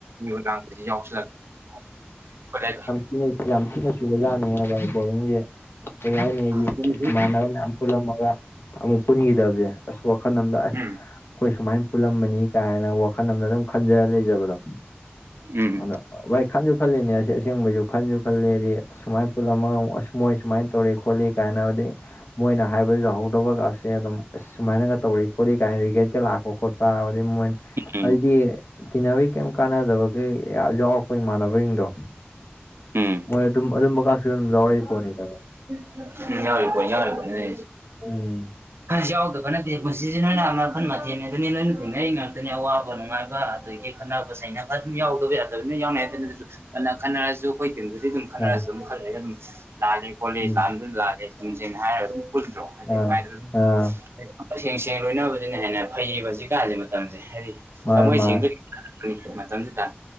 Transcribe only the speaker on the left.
ꯅ ꯌꯥꯝ ꯊꯤꯅ ꯁꯨꯕꯖꯠꯅꯤ ꯑꯕ ꯕꯣꯔꯤꯡꯁꯦ ꯀꯩ ꯌꯥꯅꯦ ꯑꯩꯗꯤ
ꯏꯃꯥꯟꯅꯕ ꯃꯌꯥꯝ ꯄꯨꯜꯂꯝꯃꯒ ꯑꯃꯨꯛ ꯄꯨꯟꯈꯤꯗꯕꯁꯦ ꯑꯁ ꯋꯥꯈꯜ ꯑꯝ ꯂꯥꯛꯑꯦ
ꯑꯩꯈꯣꯏ ꯁꯨꯃꯥꯏ ꯄꯨꯜꯂꯝꯕꯅꯤ ꯀꯥꯏꯅ ꯋꯥꯈꯜ ꯑꯃꯗ ꯑꯗꯨꯝ ꯈꯟꯖꯥꯔꯥ ꯂꯩꯖꯕꯗꯣ
ꯑꯗꯥ ꯚꯥꯏ ꯈꯟꯁꯨ ꯈꯜꯂꯤꯅꯦ ꯑꯁꯤꯁ ꯑꯁꯦꯡꯕꯁꯨ ꯈꯟꯁꯨ ꯈꯜꯂꯦꯗꯤ ꯁꯨꯃꯥꯏꯅ ꯄꯨꯜꯂꯝꯃꯒ ꯑꯁ ꯃꯣꯏ ꯁꯨꯃꯥꯏꯅ ꯇꯧꯔꯤ ꯈꯣꯠꯂꯤ ꯀꯥꯏꯅ ꯍꯥꯏꯗꯤ ꯃꯣꯏꯅ ꯍꯥꯏꯕ ꯌꯥꯍꯧꯗꯕ ꯒꯥꯛꯁꯦ ꯑꯗꯨꯝ ꯑꯁ ꯁꯨꯃꯥꯏꯅꯒ ꯇꯧꯏ ꯈꯣꯠꯂꯤ ꯀꯥꯏꯅ ꯔꯤꯒꯦꯠꯀꯥ ꯂꯥꯛꯄ ꯈꯣꯠꯄ ꯑꯗꯒꯩ ꯃꯣꯏꯅ
ꯍꯥꯏꯗꯤ
ꯇꯤꯟꯅꯕꯩ ꯀꯩꯝ ꯀꯥꯟꯅꯗꯕꯒꯩ ꯌꯥꯝ ꯌꯥꯎꯔꯛꯄ ꯏꯃꯥꯟꯅꯕꯍꯤꯡꯗꯣ
ꯃꯣꯏ ꯑꯗꯨꯝ ꯑꯗꯨꯝꯕꯀꯥꯁꯨ ꯑꯗꯨꯝ ꯌꯥꯎꯔꯛꯏ ꯄꯣꯠꯅꯤꯗ
ꯎꯝ
ꯑ
ꯎꯝ
ꯑꯥ
ꯑꯥ
ꯃꯥꯅꯦ
ꯃꯥꯅꯦ